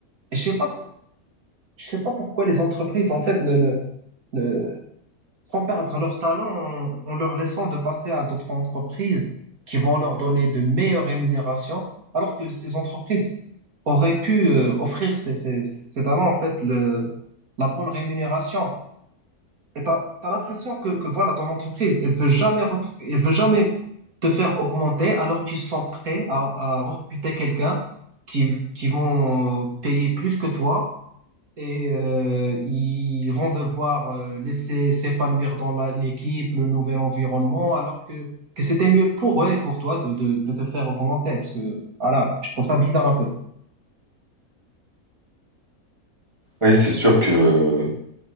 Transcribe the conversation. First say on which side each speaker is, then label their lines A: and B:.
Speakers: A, on the right; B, on the right.
A: je sais pas, c'est- je sais pas pourquoi les entreprises, en fait, ne, ne, ne font perdre leur talent en, en leur laissant de passer à d'autres entreprises qui vont leur donner de meilleures rémunérations, alors que ces entreprises auraient pu euh, offrir ces, ces, ces talents, en fait, le, la bonne rémunération. Et t'as, t'as l'impression que, que voilà, ton entreprise, elle veut jamais, rec- elle veut jamais te faire augmenter alors qu'ils sont prêts à, à recruter quelqu'un qui, v- qui vont euh, payer plus que toi et euh, ils vont devoir euh, laisser s'épanouir dans la- l'équipe, le nouvel environnement, alors que, que c'était mieux pour eux et pour toi de, de, de te faire augmenter. Parce que, voilà, je trouve ça bizarre un peu.
B: Oui, c'est sûr que